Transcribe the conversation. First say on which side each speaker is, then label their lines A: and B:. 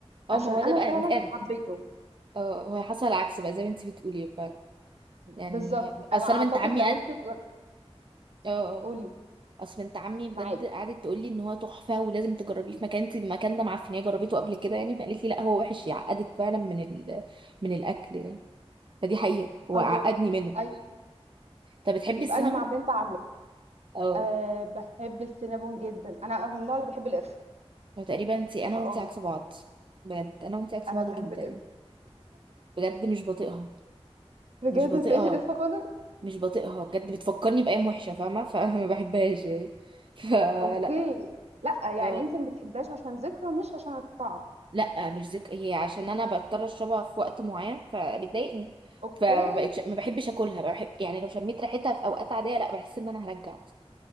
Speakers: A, on the right; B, on the right.
A: اه
B: عشان
A: ما هو
B: انا
A: ده بقى
B: فعلا
A: انت انا
B: حبيته
A: اه هو حصل العكس بقى زي ما انت بتقولي فعلا يعني
B: بالظبط انا
A: اصل
B: اعتقد
A: انا بنت عمي
B: لو
A: قعد
B: انت جر...
A: اه اه
B: قولي
A: اصل بنت عمي بجد
B: معاك
A: قعدت تقول لي ان هو تحفه ولازم تجربيه في مكان انت المكان ده معفنيه جربته قبل كده يعني فقالت لي لا هو وحش يعقدك فعلا من ال... من الاكل يعني فدي حقيقه وعقدني
B: خلاص
A: منه
B: اي
A: طب بتحبي
B: يبقى
A: السينابون
B: انا مع بنت عمي
A: اه
B: أه بحب السينابون جدا انا من النوع اللي بحب القرفه
A: هو تقريبا انتي انا
B: فاه
A: وانتي عكس بعض بجد انا وانتي عكس
B: انا
A: بعض
B: بحب
A: جدا
B: القرفه
A: يعني بجد مش بطيقها
B: بجد
A: مش بطيقها
B: ما تقوليش القرفه خالص
A: مش بطيقها بجد بتفكرني بايام وحشه فاهمه فما <laughs> بحبهاش يعني فلا
B: اوكي لا يعني
A: اه
B: انت ما بتحبهاش عشان ذكرى مش عشان الطعم
A: لا مش ذك هي عشان انا بضطر اشربها في وقت معين فبتضايقني
B: اوكي
A: فما بقتش ما بحبش اكلها بحب يعني لو شميت ريحتها في اوقات عاديه لا بحس ان انا هرجع مثلا